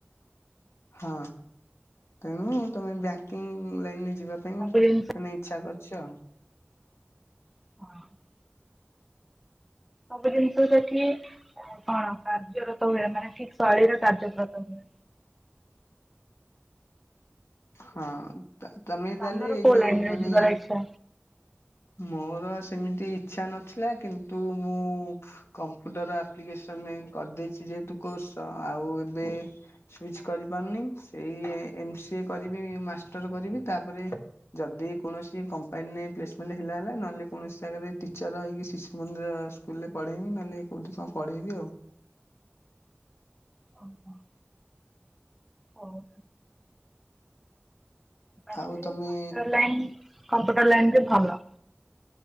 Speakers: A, on the left (about 90°); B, in the centre.
A: ହଁ ତେଣୁ ତୁମେ ବ୍ୟାଙ୍କିଙ୍କି ଲାଇନରେ ଯିବାପାଇଁ
B: ସବୁ
A: ମାନେ
B: ଜିନିଷ
A: ଇଚ୍ଛା କର ଚ
B: <unintelligible> ସବୁ ଜିନିଷ ସେଠି କଣ କାର୍ଯ୍ୟରତ ହୁଏ ମାନେ ଠିକ ଶୈଳୀରେ କାର୍ଯ୍ୟରତ ହୁଏ।
A: ହଁ ତ ତମେ
B: ତମର
A: ତାହେଲେ ଏଇଯୋଉ
B: କୋଉ ଲାଇନରେ
A: ମାନେ
B: ଯିବାର ଇଚ୍ଛା?
A: ମୋର ସେମିତି ଇଚ୍ଛା ନଥିଲା କିନ୍ତୁ ମୁଁ କମ୍ପୁଟର ଆପ୍ଲିକେସନ ଏଇ କରିଦେଇଚି ଯେହେତୁ କୋର୍ସ ଆଉ ଏବେ ସୁଇଚ କରିପାରୁନି ସେଇ ଏମ୍ ସି ଏ କରିବି ମାଷ୍ଟର କରିବି ତାପରେ ଯଦି କୌଣସି କମ୍ପାନୀରେ ପ୍ଲେସମେଣ୍ଟ ହେଲା ହେଲା ନହେଲେ କୌଣସି ଜାଗାରେ ଟିଚର ରହିକି ଶିଶୁ ମନ୍ଦିର ସ୍ ସ୍କୁଲରେ ପଢ଼େଇମି ନହେଲେ କୋଉଠି କଣ ପଢେଇବି ଆଉ
B: ଓହୋ। ଓ ହୋ। ଯେ
A: ଆଉ ତମେ
B: କମ୍ପ୍ୟୁଟର ଲାଇନ୍ କମ୍ପ୍ୟୁଟର ଲାଇନରେ ଭଲ